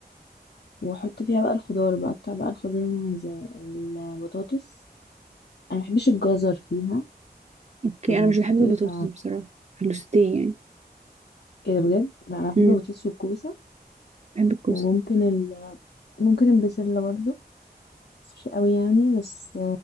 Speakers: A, on the left; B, on the right.
A: واحط فيها بقى الخضار بقطع بقى الخضار زي البطاطس انا مبحبش الجزر فيها
B: اوكي
A: في الفطير
B: انا مش بحب البطاطس
A: ف
B: بصراحة في السوتيه يعني
A: ايه ده بجد لا انا بحب
B: امم
A: البطاطس والكوسه
B: بحب الكوسة
A: وممكن ال... ممكن البسله برضه بس مش قوي يعني بس